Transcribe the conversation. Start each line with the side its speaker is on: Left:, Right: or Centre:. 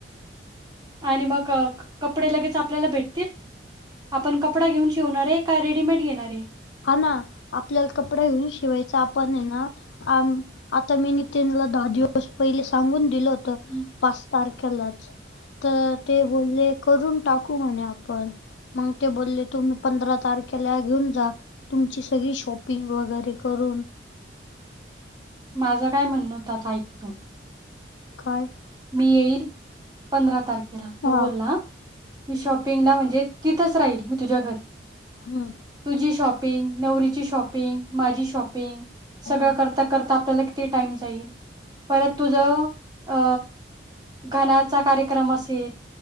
Right: आणि मग कपडे लगेच आपल्याला भेट ते आपण कपडा घेऊन शिवणार आहे का रेडीमेड घेणार आहे?
Left: हा ना आपल्याला कपडा घेऊन शिवायचा आपण आहे ना आ आता मी त्यांला दहा दिवस पहिले सांगून दिलं त
Right: हं.
Left: पाच तारखाल्याच तर ते बोलले करून टाकू म्हणे आ पण मग ते बोलले तुम्ही पंधरा तारखेला घेऊन जा. तुमची सगळी शॉपिंग वगैरे करून
Right: माझं काय म्हणणो होता आता ऐक तू
Left: काय
Right: मी येईल पंधरा तारखेला तो
Left: हा
Right: बोलला. मी शॉपिंगला म्हणजे तिथंच राहील मी तुझ्या घरी.
Left: हम्म
Right: तुझी शॉपिंग, नवरीची शॉपिंग, माझी शॉपिंग सगळं
Left: हम्म
Right: करता-करता आपल्याला किती टाइम जाईल परत तुझ अ घनाचा कार्यक्रम असेल